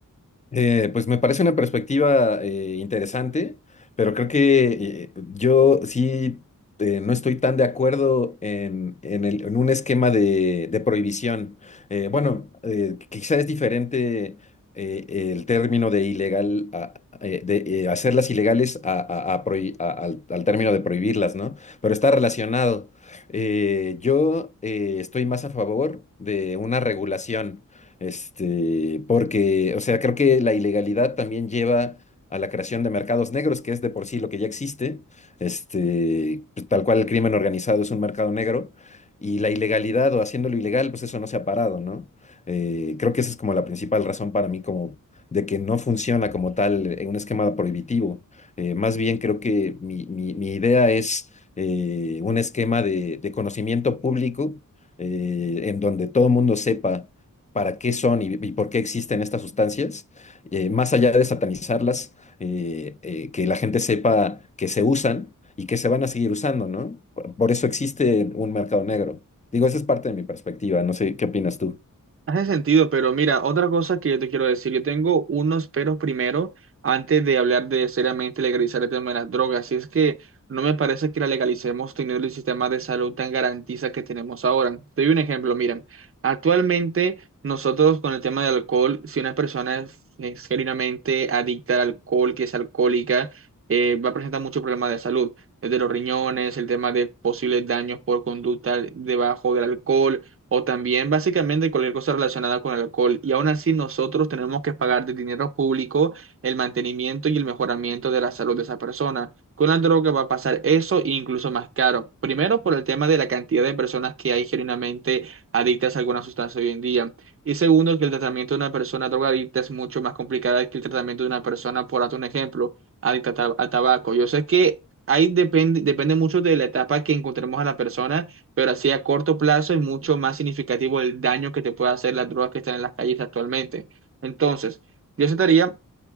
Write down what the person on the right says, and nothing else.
Hace sentido, pero mira, otra cosa que yo te quiero decir, yo tengo unos peros primero antes de hablar de seriamente legalizar el tema de las drogas, y es que no me parece que la legalicemos teniendo el sistema de salud tan garantiza que tenemos ahora. Te doy un ejemplo, miren, actualmente nosotros con el tema del alcohol, si una persona es es genuinamente adicta al alcohol, que es alcohólica, eh, va a presentar muchos problemas de salud, desde los riñones, el tema de posibles daños por conducta debajo del alcohol o también básicamente cualquier cosa relacionada con el alcohol. Y aún así nosotros tenemos que pagar de dinero público el mantenimiento y el mejoramiento de la salud de esa persona. Con la droga va a pasar eso e incluso más caro. Primero por el tema de la cantidad de personas que hay genuinamente adictas a alguna sustancia hoy en día. Y segundo, que el tratamiento de una persona drogadicta es mucho más complicado que el tratamiento de una persona, por darte un ejemplo, adicta a tab- al tabaco. Yo sé que... Ahí depende, depende mucho de la etapa que encontremos a la persona pero así a corto plazo es mucho más significativo el daño que te puede hacer las drogas que están en las calles actualmente. Entonces, yo trataría